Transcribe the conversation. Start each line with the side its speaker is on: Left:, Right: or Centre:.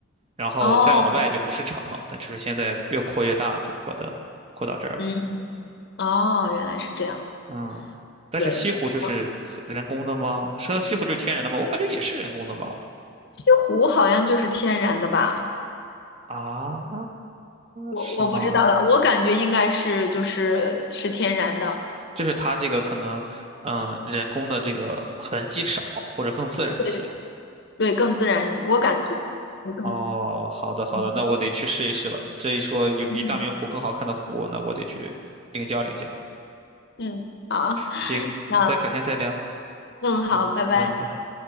Right: 然后再往外就不是城了，
Left: 哦，
Right: 但就是现在越扩越大，就扩的扩到这儿了。
Left: 嗯，哦，原来是这样。
Right: 嗯，但是西湖就是很人工的吗？
Left: 对，哦
Right: 说西湖就是天然的吗？我感觉也是人工的吧。
Left: 西湖好像就是天然的吧？
Right: 啊，
Left: 我我不知道了，
Right: 是吗？
Left: 我感觉应该是就是是天然的，
Right: 就是它这个可能，嗯，人工的这个痕迹少，或者更自然一些。
Left: 对对，更自然一些，我感觉更自然。
Right: 哦，好的好的，
Left: 嗯
Right: 那我得去试一试了。这一说有比大明湖更好看的湖，
Left: 嗯，
Right: 那我得去领教领教。
Left: 嗯好，
Right: 行，
Left: 那
Right: 那再改天再聊。
Left: 嗯好，
Right: 嗯，
Left: 拜拜。
Right: 拜拜。